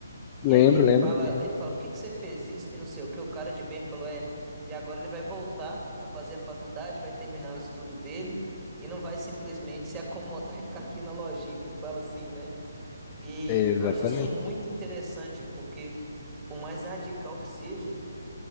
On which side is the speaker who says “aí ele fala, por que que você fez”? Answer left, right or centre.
Right